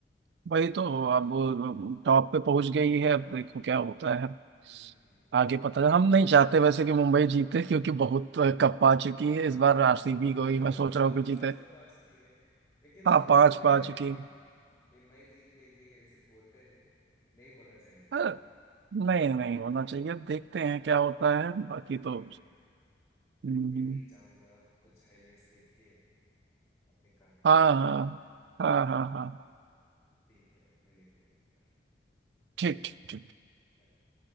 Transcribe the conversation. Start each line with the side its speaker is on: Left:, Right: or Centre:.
Right: वही तो अब वो टॉप पे पहुंच गई है अब देखो क्या होता है
Left: हम्म हम्म हम्म,
Right: आगे
Left: देखना
Right: पता है,
Left: है।
Right: हम नहीं चाहते वैसे कि मुंबई जीते क्योंकि बहुत कप पा चुकी है
Left: हाँ
Right: इस बार
Left: हाँ
Right: आरसीबी
Left: हाँ उनका
Right: को
Left: उनका
Right: ही मैं
Left: तो
Right: सोच
Left: पा,
Right: रहा हूँ कि
Left: पांच
Right: जीते
Left: को पा चुकी है लेकिन
Right: हाँ
Left: लोग
Right: पांच
Left: बोलते
Right: पा
Left: हैं
Right: चुकी
Left: कि
Right: है
Left: एमआई जीत लेंगे ऐसे बोलते हैं नहीं होना चाहिए लेकिन
Right: अ, नहीं नहीं होना चाहिए
Left: हम्म
Right: देखते हैं क्या होता है बाकी
Left: देखते
Right: तो
Left: हैं
Right: हम्म,
Left: मैं भी चाहूंगा अब कुछ हाइलाइट्स देख के अपने काम
Right: हाँ
Left: कर लो
Right: हाँ हाँ हाँ हाँ हाँ।
Left: ठीक है भाई मिलेंगे अगली बार
Right: ठीक ठीक ठीक
Left: Bye.